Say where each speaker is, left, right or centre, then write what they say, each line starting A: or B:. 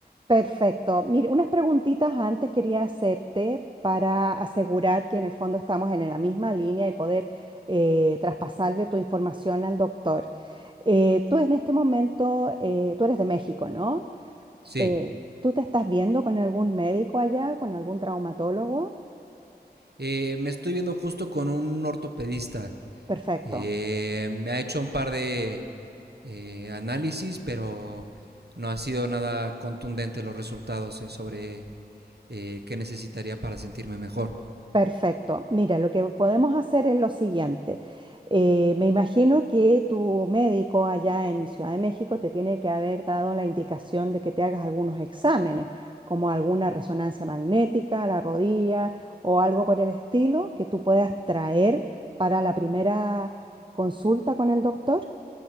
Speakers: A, on the right; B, on the right.
A: Perfecto. Mire, unas preguntitas antes quería hacerte para asegurar que en el fondo estamos en la misma línea y poder eh, traspasarle tu información al doctor. Eh, tú en este momento, eh, tú eres de México, ¿no?
B: Sí,
A: Eh, ¿tú te estás viendo con algún médico allá, con algún traumatólogo?
B: Eh, me estoy viendo justo con un ortopedista.
A: Perfecto.
B: Eh, me ha hecho un par de eh, análisis, pero no ha sido nada contundente los resultados eh, sobre eh, qué necesitaría para sentirme mejor.
A: Perfecto. Mira, lo que podemos hacer es lo siguiente. Eh, me imagino que tu médico allá en Ciudad de México te tiene que haber dado la indicación de que te hagas algunos exámenes, como alguna resonancia magnética, a la rodilla o algo por el estilo que tú puedas traer para la primera consulta con el doctor.